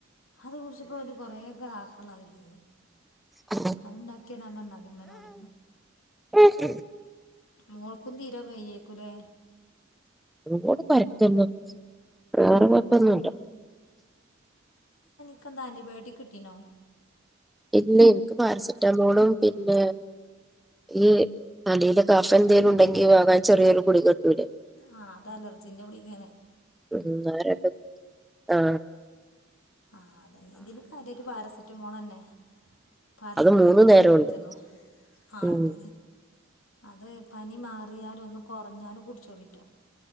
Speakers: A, on the left (about 90°); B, in the centre.
A: അത് കുടി കുടിച്ചപ്പോൾ കൊറേ ആക്കല്ലപോലെ
B: <inaudible>
A: അത് ഇണ്ടാക്കി വരാൻ പറഞ്ഞു അതി ഉമ്മനോട്
B: <inaudible>
A: മോൾകും തീരെ വയ്യാരിക്കുയില്ലേ
B: അതൂടെ പരക്കുന്നു വേറെ കൊഴപ്പ ന്നുല്ല
A: നിനക്ക് എന്താ ആന്റ്റിബയോട്ടിക് കിട്ടിണോ
B: ഇല്ല എനിക്ക് പാരസെറ്റാമോളും പിന്നെ ഈ കടെലെ - കഫന്തേലും ഉണ്ടെങ്കി വളരെ ചെറിയൊരു ഗുളിക കിട്ടൂലെ
A: ആഹ് അത് അലർജീന്റെ ഗുളികായാണ്
B: ഉം ആരക്കെ <unintelligible> ആഹ്
A: ആഹ് അത് തന്നെ ഇതിന് കാര്യയിട്ട് പാരസെറ്റാമോള് തന്നെ പാരസെറ്റാമോള്
B: അത് മൂന്നു
A: മാത്രേ
B: നേരമുണ്ട്
A: തന്നു ആഹ്
B: ഉം
A: ഇണ്ട് അത് പനി മാറിയാലും ഒന്ന് കൊറഞ്ഞാലും കുടിച്ചോടിട്ടോ